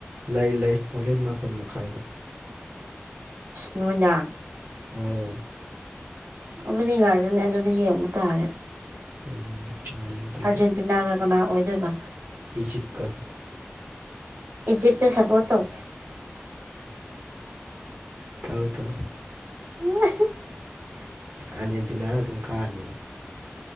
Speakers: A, on the right; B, on the right.
A: ꯂꯩ ꯂꯩ ꯃꯣꯔꯦꯟ ꯃꯥꯄꯟ ꯃꯈꯥꯏꯗ
B: ꯅꯨꯃꯤꯗꯥ
A: ꯎꯝ
B: ꯑꯗꯨꯗꯤ ꯉꯗꯅꯦ ꯑꯗꯨꯗꯤ ꯌꯦꯡꯕ ꯇꯥꯔꯦ
A: ꯎꯝ ꯉꯜꯂꯦ ꯑꯗꯨꯗꯤ
B: ꯑꯥꯔꯖꯦꯟꯇꯤꯅꯥꯒ ꯀꯅꯥ ꯑꯣꯏꯖꯣꯏꯕ
A: ꯏꯖꯤꯞꯀ
B: ꯏꯖꯤꯞꯇ ꯁꯄꯣ ꯇꯧ
A: ꯇꯥꯎ ꯇꯣ
B: ꯎꯝ
A: ꯑꯔꯖꯦꯟꯇꯤꯅꯥꯅ ꯑꯗꯨꯝ ꯀ ꯑꯅꯤ